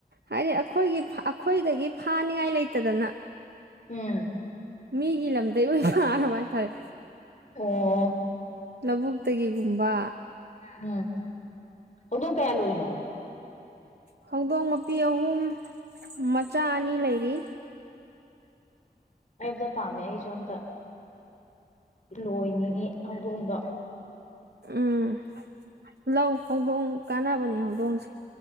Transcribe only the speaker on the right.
ꯍꯥꯏꯗꯤ ꯑꯩꯈꯣꯏꯒꯤ ꯑꯩꯈꯣꯏꯗꯒꯤ ꯐꯥꯅꯤꯡꯉꯥꯏ ꯂꯩꯇꯗꯅ
ꯃꯤꯒꯤ ꯂꯝꯗ ꯑꯣꯏ ꯐꯔꯕ ꯍꯥꯏꯇꯥꯔꯦ
ꯂꯕꯨꯛ ꯇꯒꯤꯒꯨꯝꯕ
ꯍꯧꯗꯣꯡ ꯃꯄꯤ ꯑꯍꯨꯝ ꯃꯆꯥ ꯑꯅꯤ ꯂꯩꯔꯤ
ꯎꯝ ꯂꯧ꯫ ꯍꯧꯗꯣꯡ ꯀꯥꯟꯅꯕꯅꯤ ꯍꯧꯗꯣꯡꯁꯦ